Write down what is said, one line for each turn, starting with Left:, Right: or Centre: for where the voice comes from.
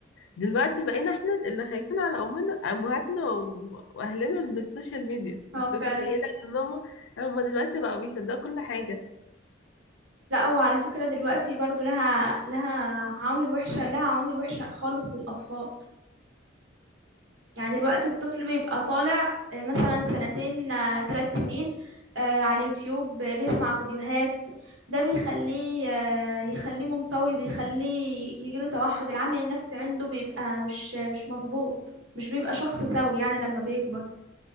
Left: دلوقتي بقينا احنا اللي خايفين على امنا امهاتنا و- واهلنا من السوشيال ميديا
Right: اه
Left: انت
Right: فعلا
Left: متخيله ان هم هم دلوقتي بقوا بيصدقوا كل حاجه
Right: لا هو على فكرة دلوقتي برضو لها لها عوامل وحشة لها عوامل وحشة خالص للأطفال يعني دلوقتي الطفل بيبقى طالع آه، مثلا سنتين ثلاث سنين آه، على اليوتيوب آه، بيسمع فيديوهات ده بيخليه آه، يخليه منطوي بيخليه يجيله توحد العامل النفسي عنده بيبقى مش مش مظبوط مش بيبقى شخص سوي يعني لما بيكبر